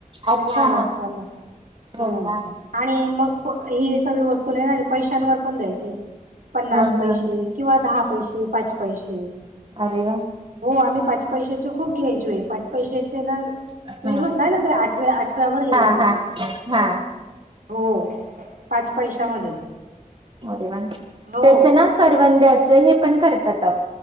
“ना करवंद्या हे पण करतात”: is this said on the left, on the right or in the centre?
Right